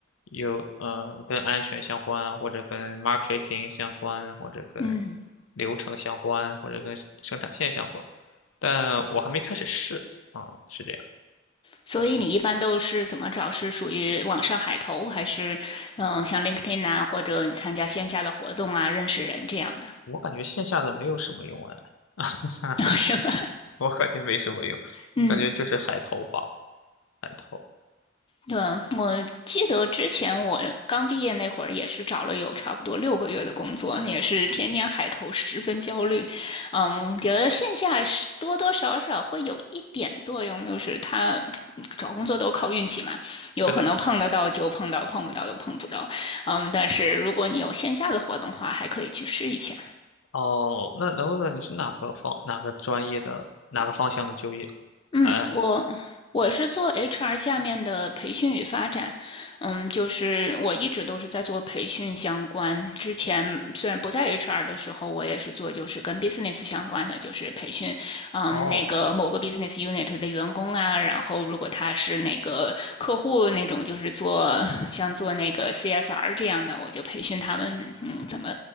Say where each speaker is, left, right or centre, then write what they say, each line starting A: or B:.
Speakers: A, on the left; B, on the left.
A: 有嗯、呃跟安全相关，或者跟 marketing 相关，或者跟
B: 嗯。
A: 流程相关，或者跟生产线相关。但我还没开始试啊、是这样。
B: 所以你一般都是怎么找？是属于网上海投，还是嗯，呃像 LinkedIn 啊，或者你参加线下的活动啊，认识人这样的，
A: 我感觉线下的没有什么用哎，<laughs>
B: <laughs> 是吧？
A: 我感觉没什么用，
B: 嗯。
A: 感觉就是海投吧，海投。
B: 对，我记得之前我刚毕业那会儿，也是找了有差不多六个月的工作，也是天天海投，十分焦虑。嗯，觉得线下是多多少少会有一点作用，就是他找工作都靠运气嘛，有可能碰得到就碰到，
A: 是的。
B: 碰不到又碰不到。嗯，但是如果你有线下的活动的话，还可以去试一下。
A: 哦，那能问问你是哪个方哪个专业的哪个方向的就业？
B: 嗯，
A: 哎，
B: 我我是做 HR 下面的培训与发展，嗯，就是我一直都是在做培训相关。之前虽然不在 HR 的时候，我也是做就是跟 business 相关的，就是培训，嗯，
A: 哦
B: 那个某个 business unit 的员工啊，然后如果他是那个客户那种，就是做像做那个 CSR 这样的，我就培训他们，嗯，怎么